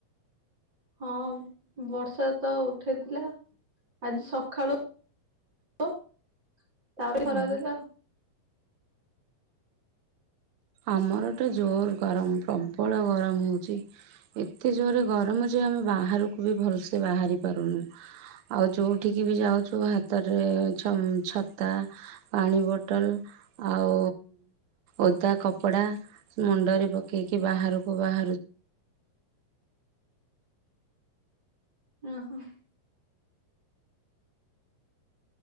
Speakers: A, on the right; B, on the right.
A: ହଁ ବର୍ଷା ତ ଉଠେଇଥିଲା ଆଜି ସଖାଳୁ ତ ତାପରେ ଖରା
B: ହୁଁ
A: ଦେଲା।
B: ଆମର ଏ ଟେ ଜୋର ଗରମ ପ୍ରବଳ ଗରମ ହଉଛି। ଏତେ ଜୋରେ ଗରମ ଯେ ଆମେ ବାହାରକୁ ବି ଭଲସେ ବାହାରି ପାରୁନୁ। ଆଉ ଯୋଉଠିକି ବି ଯାଉଛୁ ହାତରେ ଛ ଛତା, ପାଣି ବୋଟଲ, ଆଉ ଓଦା କପ କପଡା ମୁଣ୍ଡରେ ପକେଇକି ବାହାରକୁ ବାହାରୁ
A: ଓହୋ।